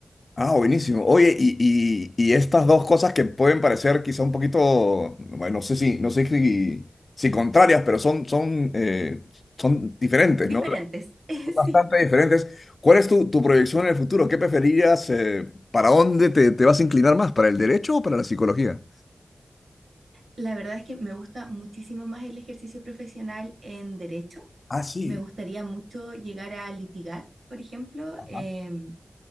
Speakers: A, on the left; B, on the right.
A: Ah, buenísimo. Oye, y, y- y estas dos cosas que pueden parecer quizá un poquito, bueno, no sé si, no sé si, si contrarias, pero son, son, eh, son diferentes,
B: Diferentes,
A: ¿no?
B: <laughs>
A: Son
B: sí.
A: bastante diferentes. ¿Cuál es tu, tu proyección en el futuro? ¿Qué preferirías? eh, ¿para dónde te, te vas a inclinar más? ¿Para el derecho o para la psicología?
B: La verdad es que me gusta muchísimo más el ejercicio profesional en derecho.
A: Ah, sí.
B: Me gustaría mucho llegar a litigar, por ejemplo.
A: Ajá.
B: Em,